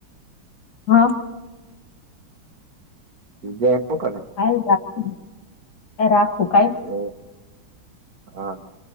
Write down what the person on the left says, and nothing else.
હા
હ રાખ રાખું કઈ